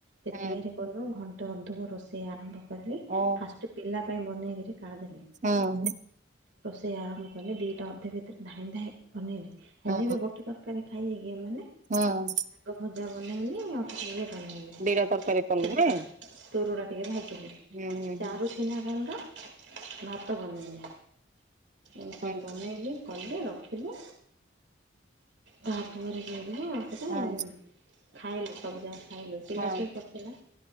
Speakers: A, on the right; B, on the right.
A: ସେ
B: ହୁଁ।
A: ତିଆରି କଲୁ ଘଣ୍ଟେ ଅଧିକ ରୋଷେଇ ଆରମ୍ଭ କଲି
B: ଓ
A: ଫାଷ୍ଟ ପିଲା ପାଇଁ ବନେଇ କରି କାଢ଼ିଦେଲି।
B: ହଁ।
A: ରୋଷେଇ ଆରମ୍ଭ କଲେ ଦିଇଟା ଅଧେ ଭିତରେ ଧାଇଁ ଧାଇଁ ବନେଇଲି
B: ହୁଁ
A: ହେଲେ ବି ଗୋଟେ ତରକାରୀ ଖାଇ ବେ କି ଏମାନେ
B: ହୁଁ
A: ଶାଗ ଭଜା ବନେଇଲି ଆଉ। ଯିଏ ବନେଇବେ
B: ଦିଟା ତରକାରୀ କଲେ
A: ତୁରୁଡ଼ା
B: ନାଇଁ।
A: ତୁରୁଡ଼ା ଟିକେ ଭାଜିଲି
B: ହୁଁ ହୁଁ
A: ଚାରୁ
B: ହୁଁ
A: ପିନାରଙ୍ଗ ଭାତ ବନେଇନି ଏସବୁ
B: ହୁଁ
A: ବନେଇଲି। କଲେ ରଖିଲେ ତାପରେ ଯାଇକିରି ଆଉ
B: ହୁଁ
A: <inaudible> ଖାଇଲେ କବଜା ଖାଇଲୁ ପିଲା
B: ହୁଁ
A: ସବୁ କରିଥିଲା